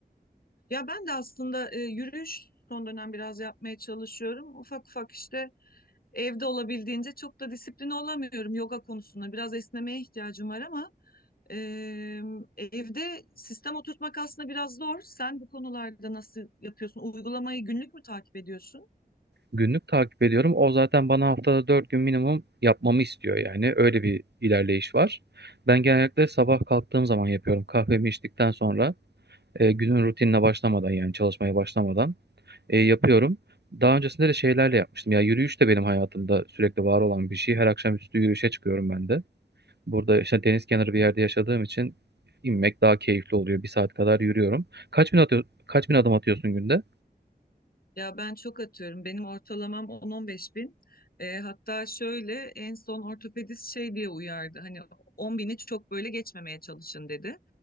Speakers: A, on the left; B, on the right.
A: Ya ben de aslında e, yürüyüş son dönem biraz yapmaya çalışıyorum. Ufak ufak işte evde olabildiğince çok da disipline olamıyorum yoga konusunda. Biraz esnemeye ihtiyacım var ama e, evde sistem oturtmak aslında biraz zor. Sen bu konularda nasıl yapıyorsun? Uygulamayı günlük mü takip ediyorsun?
B: günlük takip ediyorum. O zaten bana haftada 4 gün minimum yapmamı istiyor yani. Öyle bir ilerleyiş var. Ben genellikle sabah kalktığım zaman yapıyorum. Kahvemi içtikten sonra e, günün rutinine başlamadan yani çalışmaya başlamadan e, yapıyorum. Daha öncesinde de şeylerle yapmıştım. Ya yürüyüş de benim hayatımda sürekli var olan bir şey. Her akşamüstü yürüyüşe çıkıyorum ben de. Burada işte deniz kenarı bir yerde yaşadığım için inmek daha keyifli oluyor. Bir saat kadar yürüyorum. Kaç bin atıyor, kaç bin adım atıyorsun günde?
A: Ya ben çok atıyorum. Benim ortalamam 10-15 bin. E, hatta şöyle en son ortopedist şey diye uyardı. Hani 10 bini çok böyle geçmemeye çalışın dedi.